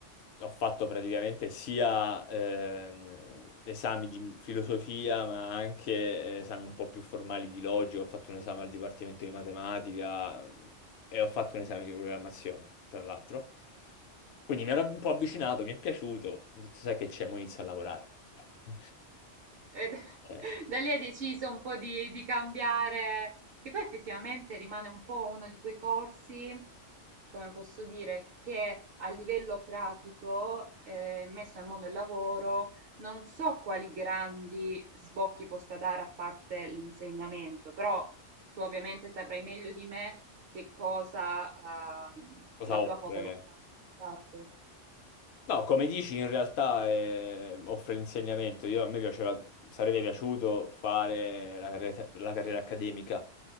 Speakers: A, on the left (about 65°); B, on the right (about 60°).
A: ho fatto praticamente sia ehm, esami di filosofia, ma anche eh, esami un po' più formali di logica. Ho fatto un esame al dipartimento di matematica mh, e ho fatto un esame di programmazione, tra l'altro. Quindi mi ero un po' avvicinato, mi è piaciuto. Ho detto, sai che c'è, mo inizio a lavorare. <laughs>
B: E <laughs>
A: Eh,
B: da lì hai deciso un po' di, di cambiare, che poi effettivamente rimane un po' uno di quei corsi, come posso dire, che a livello pratico, eh, messo al mondo del lavoro, non so quali grandi sbocchi possa dare a parte l'insegnamento, però tu ovviamente saprai meglio di me che cosa, ehm,
A: cosa
B: la
A: offre?
B: tua facoltà. Esatto.
A: No, come dici, in realtà eh, offre l'insegnamento. Io, a me piaceva, sarebbe piaciuto fare la carriera, la carriera accademica,